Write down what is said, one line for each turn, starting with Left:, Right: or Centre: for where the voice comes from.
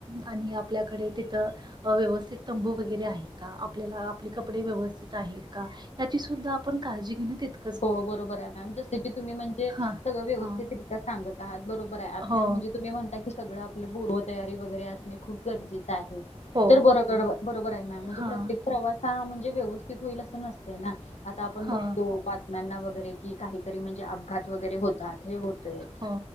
Right: आणि आपल्याकडे तिथं व्यवस्थित तंबू वगैरे आहे का? आपल्या आप कपडे व्यवस्थित आहेत का याची सुद्धा आपण काळजी घेईल तितकच
Left: हो बरोबर आहे मॅम जस की तुम्ही म्हणजे,
Right: हां
Left: सगळं व्यवस्थित
Right: हां
Left: रित्या सांगत आहात बरोबर आहे आता
Right: हो
Left: म्हणजे तुम्ही म्हणता की, सगळं आपलं पूर्वतयारी वगैरे असणे खूप गरजेचं आहे
Right: हो
Left: तर बर <unintelligible> बरोबर आहे मॅम म्हणजे
Right: हां
Left: प्रत्येक प्रवास हा म्हणजे व्यवस्थित होईल असं नसतय ना. आता आपण
Right: हां
Left: बघतो बातम्यांना वगैरे की काहीतरी म्हणजे अपघात वगैरे होतात. हे होतय.
Right: हो